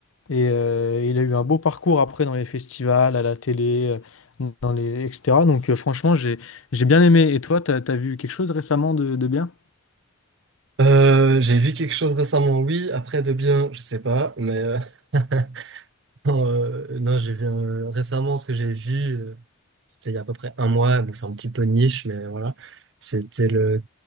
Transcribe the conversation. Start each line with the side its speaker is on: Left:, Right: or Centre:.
Left: Et euh, il a eu un beau parcours après dans les festivals, à la télé, euh, dans les, etc. Donc euh, franchement, j'ai j'ai bien aimé. Et toi, t'as, t'as vu quelque chose récemment de, de bien?
Right: Euh, j'ai vu quelque chose récemment, oui. Après, de bien, je sais pas, mais euh, <laughs> non, euh, non, j'ai vu euh, récemment ce que j'ai vu. euh, c'était il y a à peu près un mois, donc c'est un petit peu niche, mais voilà. C'était le